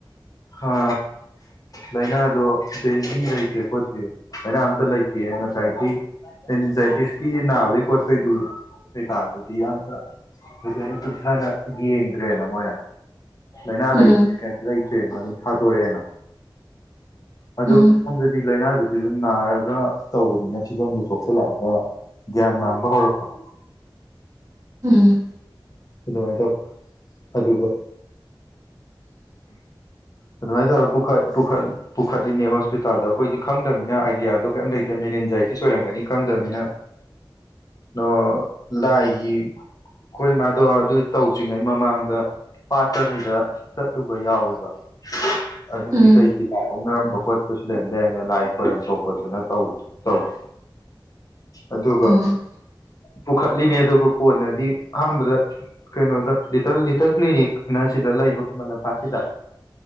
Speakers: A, on the left; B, on the right.
A: ꯍꯥ ꯂꯩꯅꯥꯗꯣ ꯗꯦꯡꯒꯤ ꯂꯩꯇꯦ ꯈꯣꯠꯇꯦ ꯂꯩꯅꯥ ꯑꯝꯇ ꯂꯩꯥꯏꯇꯦ ꯉꯁꯥꯏꯒꯤ ꯑꯦꯟꯖꯥꯏꯇꯤꯁꯀꯤ ꯅꯥꯕꯩ ꯈꯣꯠꯄꯩꯗꯨ ꯀꯩꯀꯥꯗꯨꯗꯤ ꯑꯝꯇ ꯐꯖꯅ ꯀꯨꯞꯊꯅ ꯌꯦꯡꯗ꯭ꯔꯦꯅ ꯃꯣꯏꯅ ꯂꯥꯏꯅꯥ
B: ꯎꯝ
A: ꯂꯩ ꯀꯩ ꯂꯩꯇ꯭ꯔꯦꯅ ꯑꯗꯨꯝ ꯊꯥꯗꯣꯔꯛꯑꯦꯅ ꯑꯗꯨ
B: ꯎꯝ
A: ꯁꯣꯝꯗꯗꯤ ꯂꯥꯏꯅꯥꯗꯨꯗꯤ ꯑꯗꯨꯝ ꯅꯥꯔꯒ ꯇꯧꯕꯅꯤꯅ ꯐꯤꯕꯝꯗꯨ ꯁꯣꯛꯆꯜꯂꯛꯑꯒ ꯒ꯭ꯌꯥꯟ ꯃꯥꯡꯕ ꯍꯧꯔꯛꯄ
B: ꯎꯝ
A: ꯑꯗꯨꯃꯥꯏꯅ ꯇꯧ ꯑꯗꯨꯒ ꯑꯗꯨꯃꯥꯏꯅ ꯇꯧꯔ ꯄꯨꯈ ꯄꯨꯈꯠ ꯄꯨꯈꯠꯂꯤꯅꯦ ꯍꯣꯁꯄꯤꯇꯥꯜꯗ ꯑꯩꯈꯣꯏꯗꯤ ꯈꯪꯗꯃꯤꯅ ꯑꯥꯏꯗꯤꯌꯥꯗꯣ ꯀꯩꯝ ꯂꯩꯇꯕꯅꯤꯅ ꯑꯦꯟꯖꯥꯏꯇꯤꯁ ꯑꯣꯏꯔꯝꯒꯅꯤ ꯈꯪꯗꯃꯤꯅ ꯅ ꯂꯥꯏꯒꯤ ꯑꯩꯈꯣꯏ ꯃꯥꯗꯣ ꯑꯗꯨ ꯇꯧꯗ꯭ꯔꯤꯉꯩ ꯃꯃꯥꯡꯗ ꯄꯥꯠꯇ ꯀꯩꯗ ꯆꯠꯂꯨꯕ ꯌꯥꯎꯋꯦꯕ ꯑꯗꯨꯒꯤ
B: ꯎꯝ
A: ꯀꯩꯒꯤ ꯑꯣꯛꯅꯔꯝꯕ ꯈꯣꯠꯄꯁꯨ ꯂꯩꯔꯝꯕ ꯌꯥꯏꯅ ꯂꯥꯏ ꯈꯣꯏꯔꯝꯊꯣꯛ ꯈꯣꯠꯇꯅ ꯇꯧ ꯇꯧꯋꯦ ꯑꯗꯨꯒ
B: ꯑꯣ
A: ꯄꯨꯈꯠꯂꯤꯅꯦ ꯑꯗꯨꯒ ꯀꯣꯟꯅꯗꯤ ꯑꯍꯥꯟꯕꯗ ꯀꯩꯅꯣꯗ ꯂꯤꯇꯜ ꯂꯤꯇꯜ ꯀ꯭ꯂꯤꯅꯤꯛꯅ ꯁꯤꯗ ꯂꯩꯕ ꯈꯨꯃꯟ ꯂꯝꯄꯥꯛꯀꯤꯗ